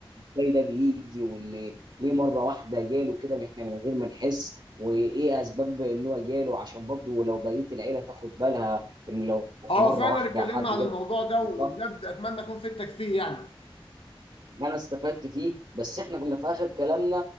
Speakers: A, on the right (about 55°); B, on the left (about 80°).
A: ازاي ده بيجي وان ليه مره واحده جاله كده من- احنا من غير ما نحس وايه اسباب ان هو جاله عشان برضه لو بقيه العيله تاخد بالها ان لو في
B: اه
A: مره
B: فعلا
A: واحده
B: اتكلمنا
A: حد
B: عن
A: جاله
B: الموضوع ده
A: بالضبط
B: وبجد اتمنى اكون فدتك فيه يعني
A: انا استفدت فيه بس احنا كنا في اخر كلامنا